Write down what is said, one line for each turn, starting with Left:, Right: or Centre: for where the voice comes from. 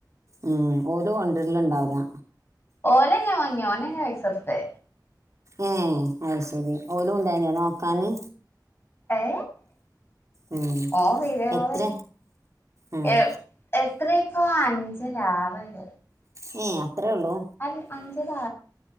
Right: ഉം ഓരോ കൊണ്ടരിലും ഇണ്ടാവൂലാ
Left: ഓന ഞാൻ വങ്ങിയ ഓനെ ഞാ പൈസട്ത്തെ
Right: ഏ അശരി ഓലും ഉണ്ടായിന നോക്കാന്
Left: ഏ
Right: ഉം.
Left: ഓ വീരകള
Right: എത്ര ഉം.
Left: എ എത്രപ്പോ ആ അ രാവില
Right: ഏ അത്രേ ഉള്ളൂ
Left: അ അഞ്ചതാ